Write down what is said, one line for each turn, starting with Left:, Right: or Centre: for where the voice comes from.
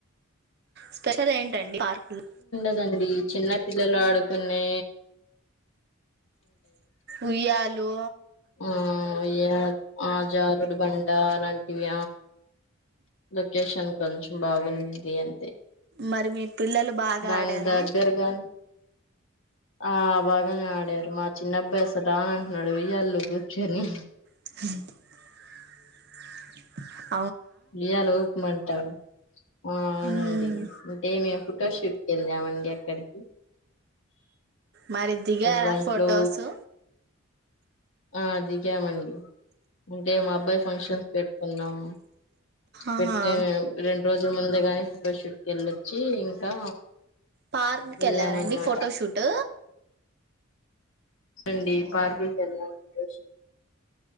Right: స్పెషల్ ఏంట పార్క్ లో
Left: ందండి చిన్న పిల్లలు ఆడుకునే
Right: ఉయ్యాలు లు
Left: హ్మ్ ఆ ఏ జారుడు బండా ఆలాలాంటివి లొకేషన్ కొంచెం బాగున్నది అంతే
Right: మరి మీ పిల్లలు బాగా
Left: దాని
Right: ఆడారా
Left: దగ్గరగాని ఆ బాగానే ఆడారు మా చిన్న అబ్బాయి అసలు రాను అంటున్నాడు ఉయ్యాలో కూర్చొని
Right: స్
Left: ఉయ్యాల ఊప్ మంటా అవునండి
Right: మ్మ్
Left: అంటే మేము ఫొటోషూట్కి వెళ్ళామండి అక్కడి
Right: మరి దిగారా
Left: దాంట్లో
Right: ఆ ఫొటోసు
Left: ఆ దిగామండి అంటే మా అబ్బాయి ఫంక్షన్స్ పెట్టుకున్నాం
Right: ఆహా
Left: పెట్టే రెండు రోజు ఇ ముందుగానే ఫొటోషూట్కి వెళ్ళొచ్చి ఇంకా
Right: పార్క్కి
Left: వెళ్ళామన్నమాట
Right: వెళ్ళారండి ఫొటోషూట్
Left: అవును అండి పార్క్ కి వెళ్ళాం ఫోటోషూట్